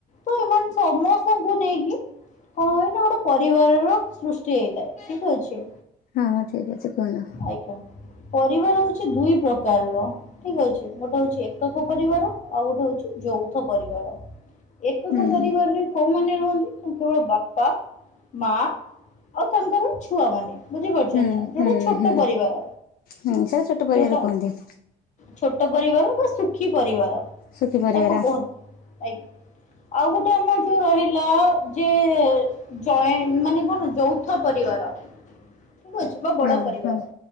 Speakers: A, on the left; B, on the left.
A: ତ ଏମାନ ସମସ୍ତଙ୍କୁ ନେଇକି କଣ ହୁଏ ନା? ଗୋଟେ ପରିବାରର ସୃଷ୍ଟି ହେଇଥାଏ। ଠିକ୍ ଅଛି।
B: ହଁ, ହଁ ଠିକ୍ ଅଛି କୁହନ୍ତୁ।
A: ଆଜ୍ଞା, ପରିବାର ହଉଛି ଦୁଇ ପ୍ରକାରର। ଠିକ୍ ଅଛି ଗୋଟେ ହଉଛି, ଏକକ ପରିବାର। ଆଉ ଗୋଟେ ହଉଛି, ଯୌଥ ପରିବାର। ଏକକ
B: ହୁଁ।
A: ପରିବାରରେ କୋଉମାନେ ରୁହନ୍ତି ନା, କେବଳ ବାପା, ମା, ଆଉ ତାଙ୍କର ଛୁଆମାନେ? ବୁଝିପାରୁଛ
B: ହୁଁ
A: ନା, ଯୋଉଟା
B: ହୁଁ
A: ଛୋଟ
B: ହୁଁ,
A: ପରିବାର।
B: ହୁଁ ସେଟା ଛୋଟ ପରିବାରକୁ
A: ଯୋଉଟା
B: କୁହନ୍ତି।
A: ଛୋଟ ପରିବାର ବା ସୁଖୀ ପରିବାର
B: ସୁଖୀ ପରିବାର।
A: ତାକୁ କୁହନ୍ତି, ଆଜ୍ଞା। ଆଉ ଗୋଟେ ଆମର ଯୋଉ ରହିଲା ଯେ-ଏ ଯଏ ମାନେ, କଣ ଯୌଥ ପରିବାର। ଠିକ୍ ଅଛି। ଏକ ବଡ
B: ହଁ
A: ପରିବାର।
B: ହଁ